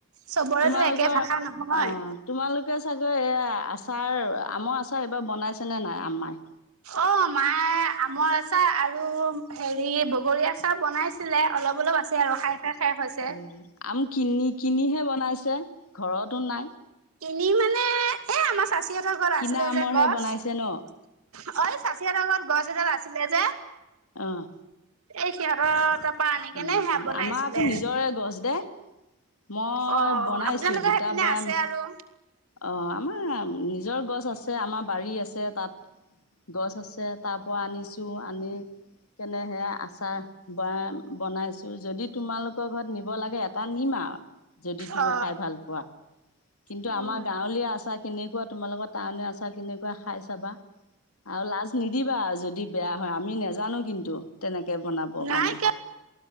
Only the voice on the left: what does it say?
তোমালোকৰ
অ তোমালোকে চাগৈ এয়া আচাৰ আমৰ আচাৰ এইবাৰ বনাইছে নে নাই আম্মাই?
উম, আম কিনি কিনিহে বনাইছে ঘৰতো নাই
কিনা
আমৰহে
বনাইছে ন
অ'
উম,
আমাৰ আকৌ নিজৰে গছ দে মই
বনাইছো
দুটা
বয়াম
অ' আমাৰ নিজৰ গছ আছে আমাৰ বাৰী আছে তাত গছ আছে তাৰ পৰা আনিছোঁ আনি কেনেহে আচাৰ ব-বনাইছো যদি তোমালোকৰ ঘৰত নিব লাগে এটা নিম আৰু। যদি তুমি
খাই ভাল পোৱা কিন্তু
আমাৰ গাঁৱলীয়া আচাৰ খিনুৱা তোমাৰ লগত টাউনৰ আচাৰ কেনেকুৱৈ খাই চাবা আৰু লাজ নিদিবা আৰু যদি বেয়া হয় আমি নাজানো কিন্তু তেনেকে বনাব কাৰণে,